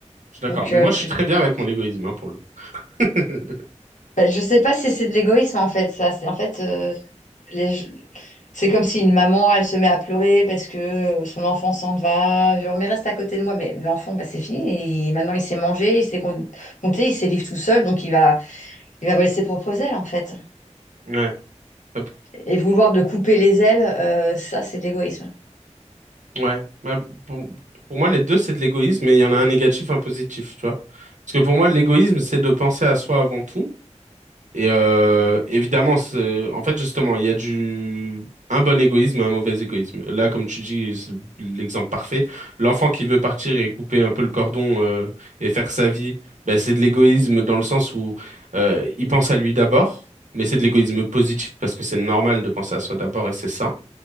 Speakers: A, on the right; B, on the left.
A: Je suis d'accord.
B: Donc,
A: Mais
B: euh,
A: moi, je
B: tu,
A: suis très bien avec mon égoïsme, hein, pour le coup. <laughs>
B: bah, je sais pas si c'est de l'égoïsme en fait. Ça, c'est en fait. euh, les- C'est comme si une maman, elle se met à pleurer parce que son enfant s'en va. Genre, mais reste à côté de moi. Mais l'enfant, bah, c'est fini. Et maintenant, il sait manger, il sait con- compter, il sait vivre tout seul. Donc, il va, il va voler ses propres ailes, en fait.
A: Ouais. Euh,
B: Et vouloir de couper les ailes, euh, ça, c'est de l'égoïsme.
A: Ouais. Bah, pour, pour moi, les deux, c'est de l'égoïsme, mais il y en a un négatif, un positif, tu vois. Parce que pour moi, l'égoïsme, c'est de penser à soi avant tout. Et euh, évidemment, c'est, en fait, justement, il y a du un bon égoïsme et un mauvais égoïsme. Là, comme tu dis, c'est l'exemple parfait. L'enfant qui veut partir et couper un peu le cordon euh, et faire sa vie, ben c'est de l'égoïsme dans le sens où euh, il pense à lui d'abord, mais c'est de l'égoïsme positif parce que c'est normal de penser à soi d'abord et c'est sain.